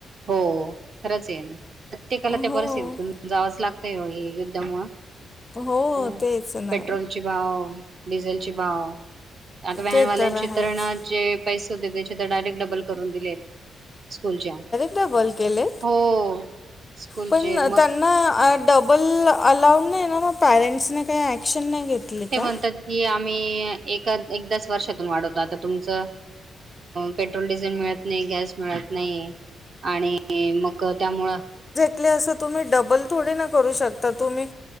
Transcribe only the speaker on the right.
हो खरंच ये ना प्रत्येकाला
त्या बरच तून जावंच लागत ते युद्ध म
ह
पेट्रोलची भाव डिझेलचीचे भाव आता व्यानवाल्यांची
तरणा जे पैसे होते त्याच्या तर डायरेक्ट डबल करून दिलेत स्कूलच्या
हो स्कूलचे
मग
ते
म्हणतात की आम्ही एकदाच वर्षातून वाढवतो आता तुमच पेट्रोल डिझेल मिळत नाही गॅस मिळत नाही आणि मग त्यामुळं